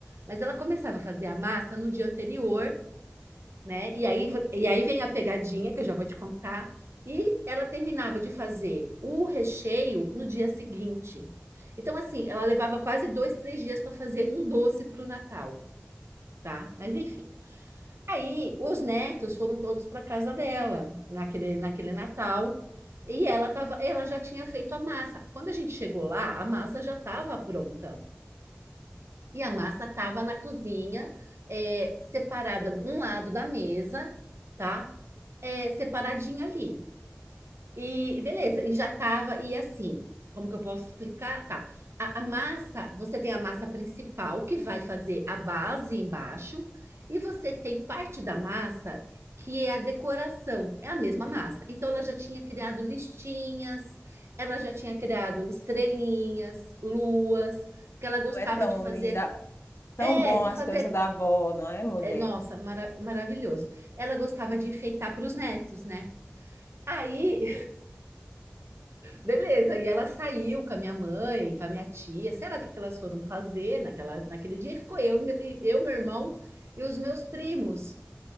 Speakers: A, on the right; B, on the left.
A: Mas ela começava a fazer a massa no dia anterior né? E aí, e aí vem a pegadinha, que eu já vou te contar. E ela terminava de fazer o recheio no dia seguinte. Então, assim, ela levava quase dois, três dias para fazer um doce para o Natal, tá? Mas enfim. Aí, os netos foram todos para casa dela naquele, naquele Natal. E ela tava, ela já tinha feito a massa. Quando a gente chegou lá, a massa já estava pronta. E a massa estava na cozinha, é, separada de um lado da mesa, tá? é, separadinha ali. E beleza, e já tava, e assim, como que eu posso explicar? Tá. A, a massa, você tem a massa principal que vai fazer a base embaixo, e você tem parte da massa que é a decoração, é a mesma massa. Então ela já tinha criado listinhas, ela já tinha criado estrelinhas, luas, porque ela gostava
B: É tão
A: de fazer,
B: linda, tão
A: é,
B: bom
A: de
B: as
A: fazer,
B: coisas da avó, não é, mulher?
A: é, nossa, mara- maravilhoso. Ela gostava de enfeitar para os netos, né? Aí Beleza, e ela saiu com a minha mãe, com a minha tia, sei lá o que que elas foram fazer naquela, naquele dia, e ficou eu, e- eu, meu irmão e os meus primos,